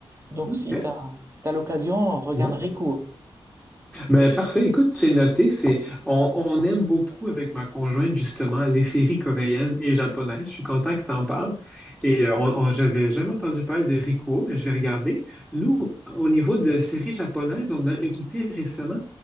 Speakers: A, on the right; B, in the centre.
A: Donc
B: OK.
A: si t'as si t'as l'occasion, regarde
B: Ouais.
A: Rikuo.
B: Ben, parfait. Écoute, c'est noté. C'est, on, on aime beaucoup avec ma conjointe, justement, les séries coréennes et japonaises. Je suis content que tu en parles. Et euh, on, on- j'avais jamais entendu parler de Rikuo, mais je vais regarder. Nous, au niveau de séries japonaises, on a écouté récemment